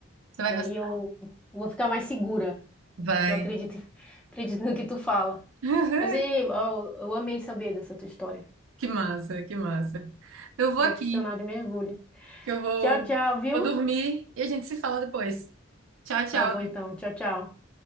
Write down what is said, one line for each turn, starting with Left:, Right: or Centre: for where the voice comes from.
Right: Você vai
Centre: que aí
Right: gostar.
Centre: eu, eu vou ficar mais segura,
Right: Vai.
Centre: que eu acredito, <laughs> acredito no que tu fala.
Right: <laughs>
Centre: Mas e, eu, eu amei saber dessa tua história.
Right: Que massa, que massa. Eu vou
Centre: Profissional
Right: aqui,
Centre: de mergulho.
Right: que eu vou,
Centre: Tchau, tchau, viu?
Right: vou dormir e a gente se fala depois. Tchau, tchau.
Centre: Tá bom então. Tchau, tchau.